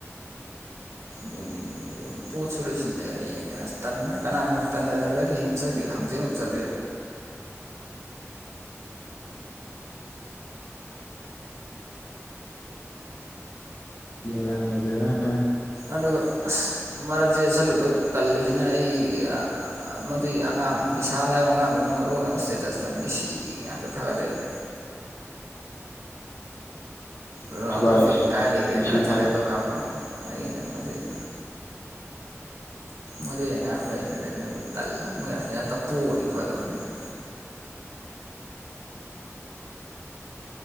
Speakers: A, on the right; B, on the left.
A: ꯃꯣꯏ ꯃꯣꯏ ꯑꯗꯨ ꯄꯣꯠꯁꯨ ꯂꯣꯏꯁꯤꯟꯗꯩꯦ ꯍꯌꯦꯡ ꯑꯁ ꯇꯟꯕꯅ ꯀꯅꯥꯅ ꯇꯟꯗ ꯍꯜꯂꯗꯤ ꯍꯌꯦꯡ ꯆꯠꯈꯤ ꯍꯪꯆꯤ ꯑꯃꯨꯛ ꯆꯠꯂꯤ
B: ꯔꯥꯡꯖꯦꯔꯥꯡ
A: ꯑꯗꯨꯒ ꯑꯁ ꯃꯔꯛꯁꯤꯗ ꯆꯠꯂꯨꯗꯧ ꯇꯜꯂꯤꯁꯤꯅ ꯑꯩꯒꯤ ꯃꯗꯨꯏ ꯑꯉꯥꯡ ꯄꯁꯥꯜ ꯍꯥꯏꯕ ꯑꯉꯥꯡꯗꯨꯅ ꯃꯔꯣꯜ ꯑꯃ ꯏꯁꯇꯦꯇꯁꯇ ꯃꯤꯁꯤ ꯉꯥꯛꯇ ꯊꯥꯒꯠꯂ ꯂꯩꯔꯦ ꯔꯅꯥꯜꯗꯣ
B: ꯊꯨꯒꯥꯏꯔꯦ
A: ꯐ ꯀꯥꯏ ꯂꯩꯈ꯭ꯔꯦ
B: ꯃꯦꯁꯤ
A: ꯈꯔ ꯊꯒꯥꯏ
B: ꯊꯥꯒꯠꯄꯗ
A: ꯇ ꯀꯝꯒꯣ ꯑꯩ ꯃꯅ ꯎꯝ ꯃꯗꯨ ꯌꯦꯡ ꯉꯥꯡꯗ ꯑꯩꯅ ꯂꯩꯕꯅ ꯑꯗꯨ ꯇꯜꯂꯒ ꯃꯣꯏ ꯍꯥꯆꯤꯟ ꯌꯥꯝꯇ ꯄꯨꯣꯛꯑꯗꯤ ꯐꯗꯧꯅꯤꯅ